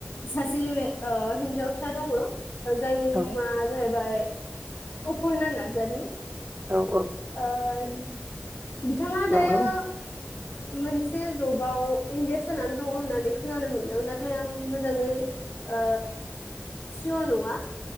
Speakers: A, on the left; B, on the right.
A: सासे हिन्जावसा दङ। जायनि
B: औ
A: मुङा जाहैबाय अपुुरना नारजारि।
B: औ औ
A: ओ ज बिथाङा
B: नंगौ
A: दायो मोनसे जबाव इंगेज जानानै दङ होननानै खोनानो मोनदों नाथाय आं मोजाङै ओ सियर नङा।